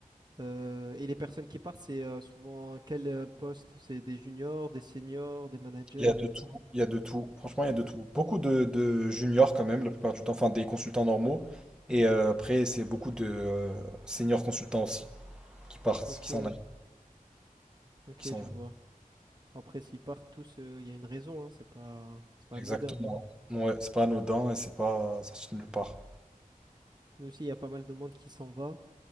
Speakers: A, on the right; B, in the centre.
A: Euh, et les personnes qui partent, c'est euh, souvent quel euh, poste? C'est des juniors, des seniors, des managers?
B: Il y a de tout, il y a de tout. Franchement, il y a de tout. Beaucoup de, de juniors quand même, la plupart du temps, enfin des consultants normaux. Et euh, après, c'est beaucoup de euh, seniors consultants aussi qui partent,
A: Ok,
B: qui s'en aillent,
A: ok,
B: qui s'en
A: je
B: vont.
A: vois. Bon, Après, s'ils partent tous, euh, il y a une raison, hein, c'est pas, c'est pas
B: Exactement.
A: anodin.
B: Ouais, c'est pas anodin et c'est pas sorti de nulle part.
A: Nous aussi, il y a pas mal de monde qui s'en va,